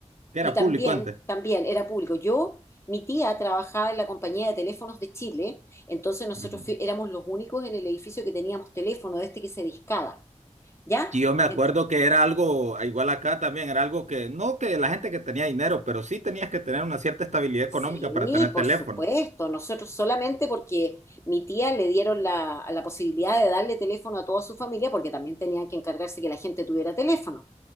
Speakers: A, on the right; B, on the left.
A: que era
B: Y también,
A: público antes.
B: también era público. Yo, mi tía trabajaba en la compañía de teléfonos de Chile, entonces nosotros
A: Ujú.
B: fui- éramos los únicos en el edificio que teníamos teléfono de este que se discaba, ¿ya?
A: Y yo me acuerdo
B: Ent-
A: que era algo, ah, igual acá también, era algo que, no que la gente que tenía dinero, pero sí tenías que tener una cierta estabilidad económica
B: sí,
A: para tener
B: por
A: teléfono.
B: supuesto, nosotros solamente porque mi tía le dieron la, la posibilidad de darle teléfono a toda su familia, porque también tenían que encargarse que la gente tuviera teléfono.